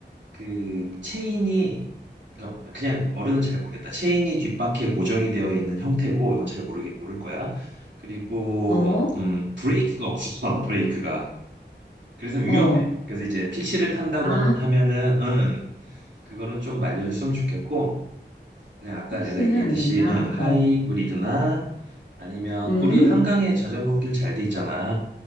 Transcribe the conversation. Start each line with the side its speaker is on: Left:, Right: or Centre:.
Right: 그, 체인이 그러니까 그냥 어른은 잘 모르겠다. 체인이 뒷바퀴에 고정이 되어 있는 형태고 이건 잘 모르겠 모를 거야. 그리고
Left: 어,
Right: 음 브레이크가 없어 <laughs> 브레이크가. 그래서 위험해.
Left: 어.
Right: 그래서 이제 픽시를 탄다고
Left: 아,
Right: 한- 하면은 응 그거는 좀 말려줬으면 좋겠고 그냥 아까
Left: 픽시는
Right: 내가 얘기했듯이
Left: 안 된다.
Right: 응 하이브리드나
Left: 어,
Right: 아니면
Left: 응,
Right: 우리 한강에 자전거길 잘 돼 있잖아.